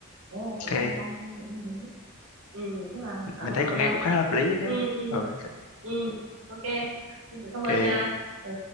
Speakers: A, on the right; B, on the left.
A: là tớ
B: ok
A: con em đã đi đấy ừ, nói chung là cảm
B: mình
A: ơn
B: thấy
A: cậu
B: con
A: nha
B: nghe cũng khá hợp lý đó
A: ừ ừ
B: chứ ừ.
A: ừ ok Xin cảm
B: <laughs>
A: ơn
B: ok
A: nha ừ